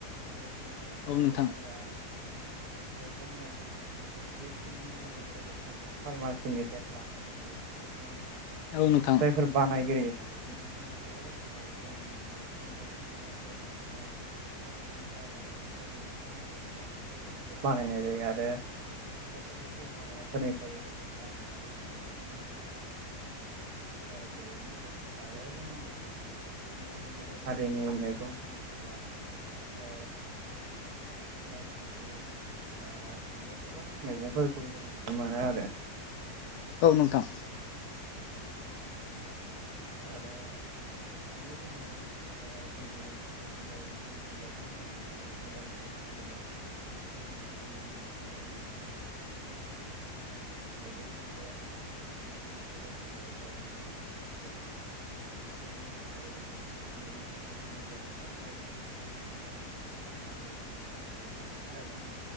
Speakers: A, on the right; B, on the left.
A: लोगोसे। ओ
B: औ नोंथां
A: जों दा जोङो जखिनि मुलिफोरखौ जों फार्मासिनिफ्राय लानानै फैयो बिथां।
B: औ
A: बिथांमोन
B: नोंथां
A: जायफोर बानायगिरि बिथांमोनाथ जोंनि बेन्थिंगायावनो थानाय बायदिसिना फिथाइ सामथ मैगं थाइगंफोरनिफ्रायनो बेफोरखौ बानायनाय जायो आरो खायसे खायसे हाग्राफोरनिफ्रायबो जों बानायनायखौ जोङो मिथिनो मोनो ओ बेनो आरो। आरो जोङो बिदिनो मुलि हारिनि मैगं होनोब्ला ओ माइसुन्द्रि ओ बिदिनो गोबां मैगंफोरखौ जों नुनो मोनो आरो।
B: औ नोंथां
A: आरो बिदिनो जोङो ओ जोंनि मिथिंगा मिथिंगाजों जों जुदि मिलायनानै मिलाय जों जुदि मिथिंगानि जोङो मैगं थाइगं फिथाइ सामथायाइफोरखौ जायोब्ला जोंनि बे। बेफोरदि आयुरवेदिक मुलि जानाय बायदियानो जागोन बा आयुरवेदिकखौनो जोङो बिदि सानफ्रामबो जों बाहायबाय थानायानो जागोन।